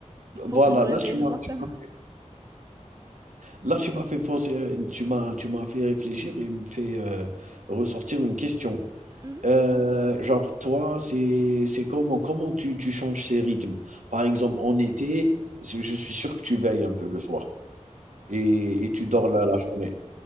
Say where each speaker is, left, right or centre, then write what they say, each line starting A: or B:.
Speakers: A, on the right; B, on the right.
A: voilà,
B: Il faut que je me
A: là
B: réveille
A: tu
B: le
A: m'as
B: matin.
A: tu m'as fait là tu m'as fait penser à tu m'as tu m'as fait réfléchir et me fait, heu, ressortir une question.
B: Mhm.
A: Heu, genre toi, c'est c'est comment comment tu tu changes ces rythmes? Par exemple en été, je je suis sûr que tu veilles un peu le soir et et tu dors la la journée.